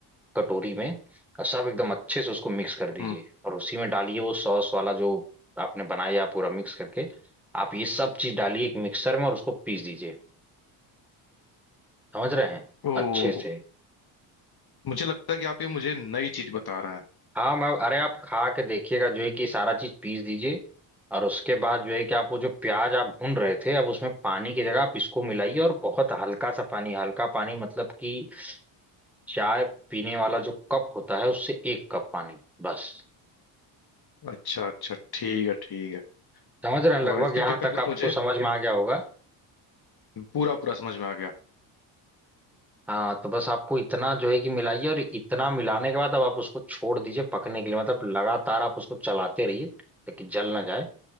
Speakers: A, in the centre; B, on the left.
A: कटोरी में और सब एकदम अच्छे से उसको मिक्स कर दीजिए
B: हम्म
A: और उसी में डालिए वो सॉस वाला जो आपने बनाया पूरा मिक्स करके आप ये सब चीज डालिए एक मिक्सर में और उसको पीस दीजिए समझ रहे हैं
B: ओह
A: अच्छे ठीक से
B: मुझे लगता है कि आप ये मुझे नई चीज बता रहे हैं
A: हाँ मैं अरे आप खा के देखिएगा जो है कि सारा चीज पीस दीजिए और उसके बाद जो है कि आप वो जो प्याज आप भून रहे थे अब उसमें पानी की जगह आप इसको मिलाइए और बहुत हल्का सा पानी हल्का पानी मतलब कि चाय पीने वाला जो कप होता है उससे एक कप पानी बस
B: अच्छा अच्छा ठीक है ठीक है
A: समझ रहे हैं लगभग
B: और फिर
A: यहाँ
B: क्या करना
A: तक आपको
B: है? मुझे
A: समझ में आ गया होगा
B: पूरा पूरा समझ में आ गया
A: हाँ तो बस आपको इतना जो है कि मिलाइए और इतना मिलाने के बाद अब आप उसको छोड़ दीजिए पकने के लिए मतलब लगातार आप उसको चलाते रहिए ताकि जल ना जाए